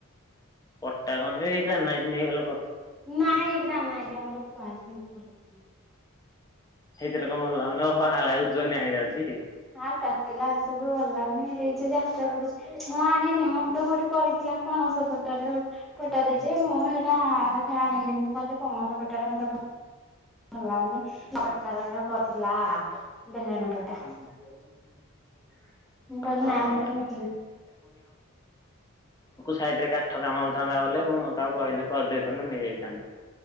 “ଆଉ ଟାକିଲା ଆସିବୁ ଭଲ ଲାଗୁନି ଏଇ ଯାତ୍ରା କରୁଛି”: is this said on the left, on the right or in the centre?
Centre